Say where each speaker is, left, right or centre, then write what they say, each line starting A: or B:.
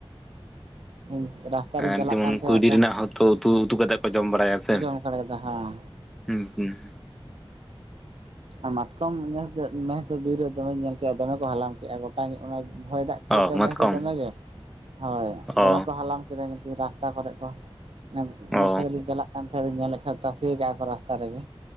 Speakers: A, on the right; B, in the centre.
A: ᱤᱧ ᱨᱟᱥᱛᱟ ᱨᱤᱧ
B: ᱮ
A: ᱪᱟᱞᱟᱜ
B: ᱡᱮᱢᱚᱱ
A: ᱠᱟᱱ ᱛᱟᱦᱮᱸᱫ
B: ᱠᱩᱭᱰᱤ
A: ᱢᱤᱫᱴᱟᱝ
B: ᱨᱮᱱᱟᱜ ᱦᱚᱸᱛᱚ ᱩᱛᱩ ᱩᱛᱩ ᱠᱟᱛᱮ ᱠᱚ ᱡᱚᱢ ᱵᱟᱲᱟᱭᱟ ᱥᱮᱱ᱾
A: ᱡᱚᱢ ᱠᱟᱲ ᱠᱮᱫᱟ ᱦᱮᱸ
B: ᱦᱩᱸ ᱦᱩᱸ᱾
A: ᱟᱨ ᱢᱟᱛᱠᱚᱢ ᱱᱮᱥ ᱫᱚ ᱱᱮᱥ ᱫᱚ ᱵᱤᱨ ᱨᱮ ᱫᱚᱢᱮᱧ ᱧᱮᱞ ᱠᱮᱫ-ᱟ ᱫᱚᱢᱮ ᱠᱚ ᱦᱟᱞᱟᱢ ᱠᱮᱫ-ᱟ ᱜᱚᱴᱟᱜᱮ ᱚᱱᱟ ᱦᱚᱭ ᱫᱟᱜ ᱤᱭᱟᱹ
B: ᱚ
A: ᱫᱚ
B: ᱢᱟᱛᱠᱚᱢ
A: ᱱᱮᱥ ᱫᱚ ᱫᱚᱢᱮᱜ ᱜᱮ, ᱦᱳᱭ
B: ᱚ
A: ᱫᱚᱢᱮ ᱠᱚ ᱦᱟᱞᱟᱝ ᱠᱮᱫᱟ ᱧᱮᱞ ᱠᱤᱫᱟᱹᱧ ᱨᱟᱥᱛᱟ ᱠᱚᱨᱮᱜ ᱠᱚ ᱱᱮ
B: ᱚ
A: ᱢᱚᱴᱚᱨ ᱥᱟᱭᱠᱮᱞ ᱛᱤᱧ ᱪᱟᱞᱟᱜ ᱠᱟᱱ ᱛᱟᱦᱮᱸᱫ ᱫᱚᱧ ᱧᱮᱞᱮᱫ ᱠᱷᱟᱱ ᱛᱟᱥᱮ ᱠᱟᱜ-ᱟ ᱠᱚ ᱨᱟᱥᱛᱟ ᱨᱮᱜᱮ᱾